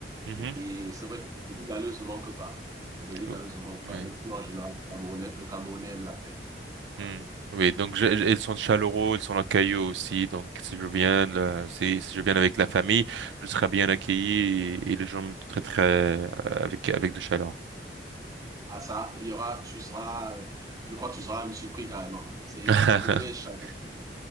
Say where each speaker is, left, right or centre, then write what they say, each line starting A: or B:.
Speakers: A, on the right; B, on the right.
A: Mhm.
B: Et c'est vrai que les brebis galeuses ne manquent pas. Les brebis
A: Oh,
B: galeuses ne manquent
A: Oui.
B: pas. Mais sinon, en général, le Camerounais, le Camerounais aime la paix. Voilà.
A: Hmm. Oui, donc je- je- ils sont chaleureux, ils sont accueillants aussi. Donc si je viens, là, si, si je viens avec la famille, je serai bien accueilli et, et les gens me traiteraient euh, avec avec de chaleur.
B: Ah ça, il y aura, tu seras, euh, je crois que tu seras même surpris carrément. C'est
A: <laughs>
B: le Camerounais, chaque